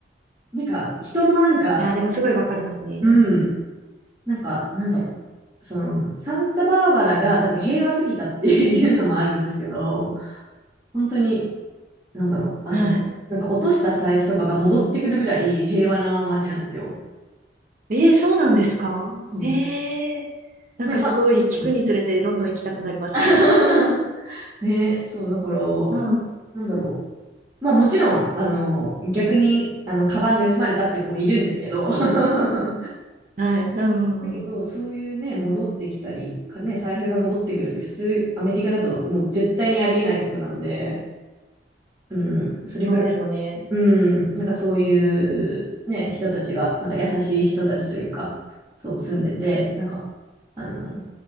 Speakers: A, on the right (about 20°); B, on the right (about 45°).
A: なんか人もなんか、
B: や、でもすごいわかりますね。
A: うん、なんか、なんだろう。その、サンタバーバラが多分平和すぎたっていうのもあるんですけど、本当に、なんだろう。あの、
B: はい。
A: なんか落とした財布とかが戻ってくるぐらい平和な街なんですよ。
B: ええ、そうなんですかええ、
A: そう。
B: なんかすごい聞くにつれてどんどん行きたくなりますね。
A: ね、まあ、うん <laughs> ね、そう、だから、
B: うん。
A: なんだろう。まあもちろん、あの、逆に、あの、カバン盗まれたって子もいるんですけど、<laughs>
B: はい。うんうんうん。
A: だけど、そういうね、戻ってきたり、かね、財布が戻ってくるって普通、アメリカだともう絶対にありえないことなんで、うん、それぐらい、
B: そうですよね。
A: うん、なんかそういうね、人たちが、なんか優しい人たちというか、そう住んでて、なんか、あの、